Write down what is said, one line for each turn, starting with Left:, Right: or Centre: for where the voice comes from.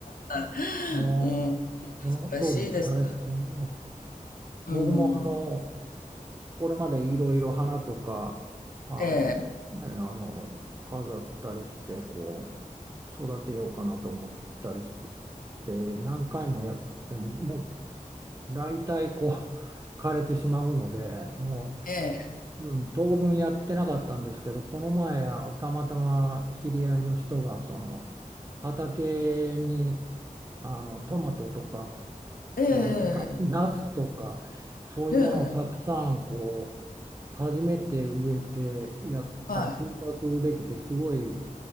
Left: た。
Right: え、ああ、
Left: もう、
Right: その通りにされてね。
Left: 難しいです。うん。
Right: 僕もあの、これまでいろいろ花とか、あの、
Left: ええ、
Right: ね、あの、飾ったりして、こう、育てようかなと思ったりして、何回もやっても、もう大体こう、枯れてしまうので、も
Left: ええ、
Right: うん、当分やってなかったんですけど、この前、あの、たまたま知り合いの人が、その、畑に、あの、トマトとか、
Left: え
Right: えーな、
Left: え、
Right: ナスとか、そういうものをたくさん、
Left: ええ、
Right: こう、初めて植えてやったら収穫できて、
Left: はい、
Right: すごい